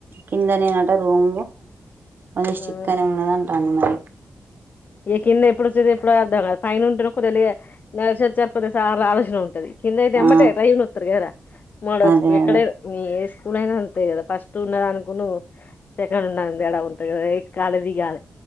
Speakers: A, on the right; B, on the left.
A: కిందనేేనాట రూం కొంచెం స్క్
B: ఆ
A: తనే ఉన్నదా కన్నా
B: ఈ కింద ఎప్పుడు వచ్చేది ఎప్పుడు అర్థం కదదు పైన ఉంటేన కొద్దిగా నసి వచ్చారు కొద్ది సార్ ఆలోచన ఉంటది కిందయితే అమ్మటేయి
A: ఆ
B: అయనొత్తరు గదా మోడో
A: అదే
B: స్ ఎక్కడైనా
A: అదే
B: మీ స్ూలైనా ఉంతాయి కదా ఫస్ట్ ఉండద అనుకు సెకండ్ ఉన్న ఎ ఉంటాంది కదా ఎ కాలువిగాాలదు